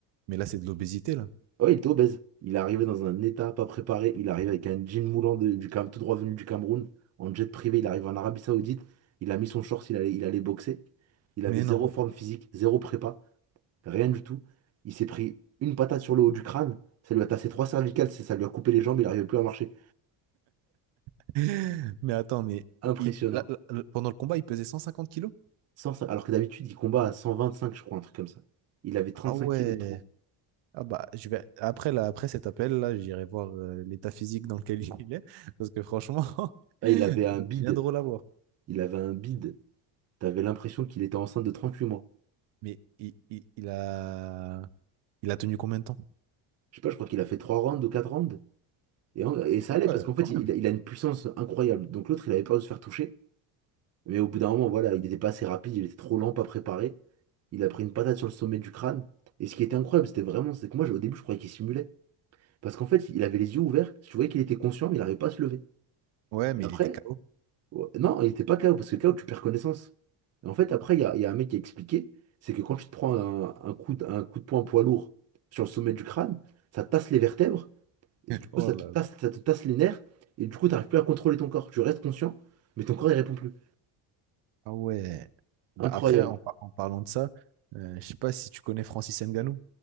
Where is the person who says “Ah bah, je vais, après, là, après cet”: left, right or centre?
Right